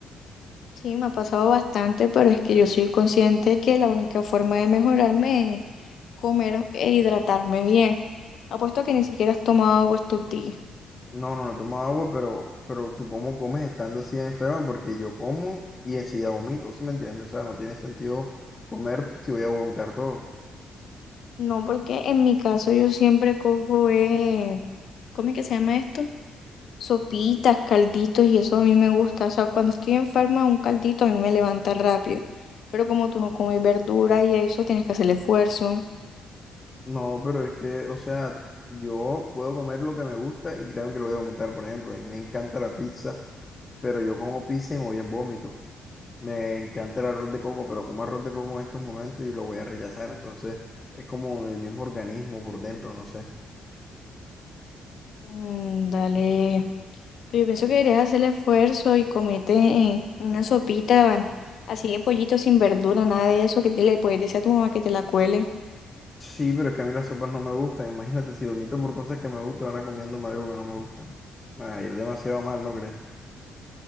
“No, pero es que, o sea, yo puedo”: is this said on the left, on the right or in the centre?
Left